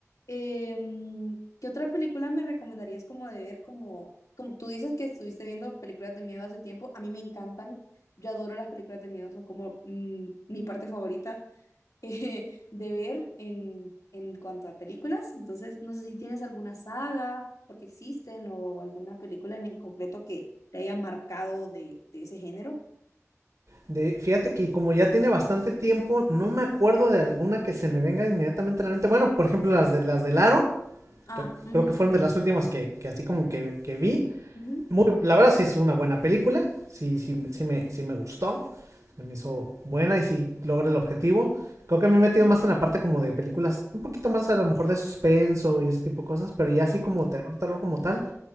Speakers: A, on the left; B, on the right.
A: Em, ¿qué otra película me recomendarías como de ver? Como, como tú dices que estuviste viendo películas de miedo hace tiempo, a mí me encantan. Yo adoro las películas de miedo, son como mm, mi parte favorita eh, de ver en, en cuanto a películas. Entonces, no sé si tienes alguna saga, porque existen, o alguna película en, en concreto que te haya marcado de, de ese género.
B: De, fíjate que como ya tiene bastante tiempo, no me acuerdo de alguna que se me venga inmediatamente a la mente. Bueno, por ejemplo, las de las del Aro,
A: Ah,
B: re-
A: ujú,
B: creo que fueron de las últimas que, que así como que, que vi.
A: ujú.
B: Muy, la verdad sí es una buena película, sí, sí, sí, me, sí me gustó, me hizo buena y sí logra el objetivo. Creo que me he metido más en la parte como de películas, un poquito más a lo mejor de suspenso y ese tipo de cosas, pero ya así
A: ah,
B: como terror, terror como tal,